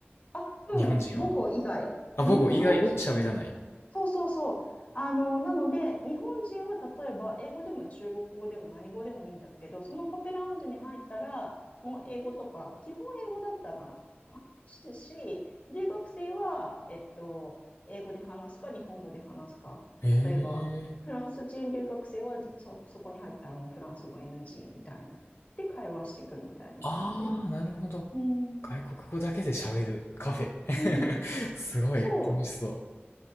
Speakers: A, on the left (about 40°); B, on the left (about 80°).
A: あ、うん、
B: 日本人は。
A: 母語以外。
B: あ、
A: に日本、
B: 母語以外を喋らない。
A: そうそうそう。あの、なので、日本人は例えば、英語でも中国語でも何語でもいいんだけど、そのカフェラウンジに入ったら、もう英語とか、基本英語だったな。話すし、留学生は、えっと、英語で話すか、日本語で話すか。
B: え
A: 例えば、
B: え
A: フランス人留学生はそ、そこに入ったらもうフランス語 NG みたいな。で、会話していくみたいな感じ。
B: ああ、なるほど。
A: うん。
B: 外国語だけで喋るカフェ。
A: うん。
B: <laughs> すごい楽しそ
A: そう。